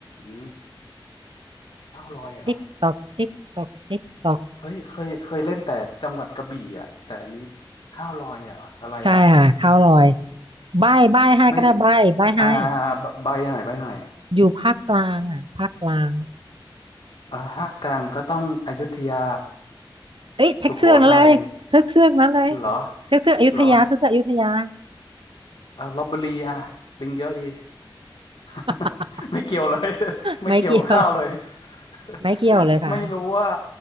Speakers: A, on the left; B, on the right.
A: มข้าวลอยเหรอ
B: ติ๊กตอกติ๊กตอกติ๊กตอก
A: เฮ้ยเคยเคยเล่นแต่จังหวัดกระบี่อ่ะแต่อันนี้ข้าวลอยเหรออะไรอ่ะ
B: ใช่ค่ะข้าวลอยใบ้ใบ้ให้ก็ได้ใบ้ใบ้ให้
A: ไม่อ่าใบใบหน่อยใบหน่อย
B: อยู่ภาคกลางอ่ะภาคกลาง
A: อ่าภาคกลางก็ต้องอยุธยา
B: เอ้ยเทือกเทือกนั้นเลยเทือกเทือกนั้นเลย
A: สุโขทัยเหรอ
B: เทือกเทือกอยุธยาเทือกเทือกอยุธยา
A: เหรอ เออลพบุรีอ่ะลิงเยอะดี <laughs>
B: <laughs>
A: ไม่เกี่ยวเลย <laughs> ไม่เกี่ยวกับข้าวเลย
B: ไม่เกี่ยว
A: <laughs>
B: ไม่เกี่ยวเลยค่ะ
A: ไม่รู้ว่า